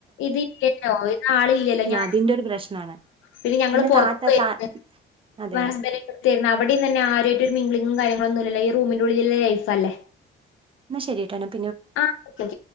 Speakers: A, on the left; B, on the right.
A: ഇതലല്ലോ ഇത് ആള് ഇല്ലല്ലോ ഞാനും
B: അതിന്റെ ഒരു പ്രശ്നാണ്
A: പിന്നെ ഞങ്ങള് പൊറത്ത്
B: താത്ത
A: ഏർന്ന
B: താ
A: ഇ
B: അതെ
A: ഹസ്ബന്റെടുത്തരുന്നു അവിടെന്ന തന്നെ ആരുആയിട്ട് ഒരു മേഗ്ലീഗും കാര്യങ്ങളന്നുല്ലല്ലോ റൂമിന്റെറെള്ളിലുള്ള ലൈഫ് അല്ലേ
B: എന്ന ശരിയട്ട്ടൊ
A: ആഹ